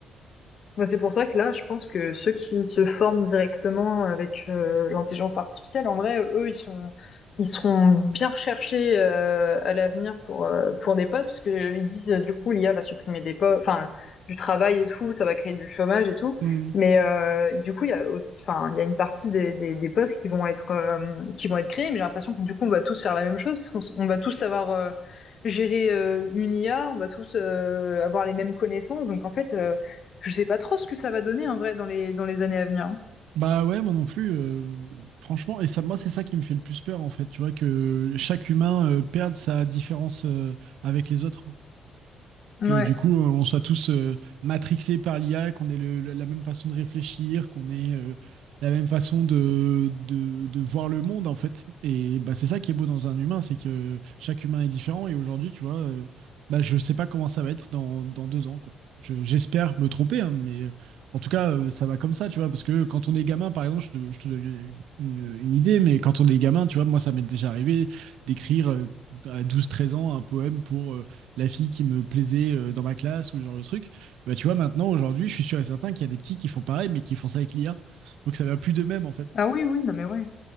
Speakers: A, on the left; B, on the right.
A: Bah, c'est pour ça que là, je pense que ceux qui se forment directement avec euh, l'intelligence artificielle, en vrai, eux, ils sont, ils seront bien recherchés euh, à l'avenir pour euh, pour des postes, parce que euh, ils disent euh, du coup l'IA va supprimer des postes, enfin du travail et tout, ça va créer du chômage et tout.
B: Hmm.
A: Mais euh, du coup, il y a aussi, enfin, il y a une partie des, des, des postes qui vont être euh, qui vont être créés, mais j'ai l'impression que du coup, on va tous faire la même chose, parce qu'on on va tous savoir euh, gérer euh, une IA, on va tous euh, avoir les mêmes connaissances, donc en fait. euh, je sais pas trop ce que ça va donner en vrai dans les, dans les années à venir. hein.
B: Bah ouais, moi non plus. euh, franchement, et ça, moi, c'est ça qui me fait le plus peur, en fait. Tu vois, que chaque humain euh, perde sa différence euh, avec les autres.
A: Ouais.
B: que du coup, euh, on soit tous euh, matrixés par l'IA, qu'on ait le- le- la même façon de réfléchir, qu'on ait euh, la même façon de, de, de voir le monde, en fait. Et bah, c'est ça qui est beau dans un humain, c'est que chaque humain est différent. Et aujourd'hui, tu vois, euh, bah, je sais pas comment ça va être dans, dans deux ans, quoi. Je- j'espère me tromper, hein, mais euh, en tout cas, euh, ça va comme ça, tu vois. Parce que quand on est gamin, par exemple, je te, je te donne une, une- une idée, mais quand on est gamin, tu vois, moi, ça m'est déjà arrivé d'écrire euh, à douze treize ans un poème pour euh, la fille qui me plaisait euh, dans ma classe ou ce genre de truc. Bah, tu vois, maintenant, aujourd'hui, je suis sûr et certain qu'il y a des petits qui font pareil, mais qui font ça avec l'IA. Donc ça va plus de même, en fait.
A: Ah oui, oui, non mais ouais.